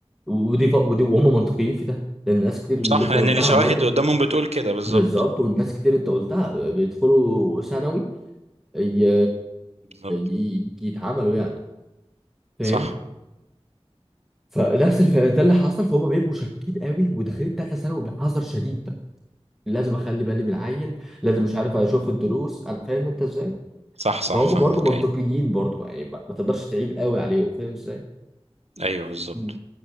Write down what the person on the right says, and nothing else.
صح
لان
الشواهد
قدامهم بتقول كده بالظبط
بالظبط
صح
صح صح
فاهمك
ايوه
ايوه بالظبط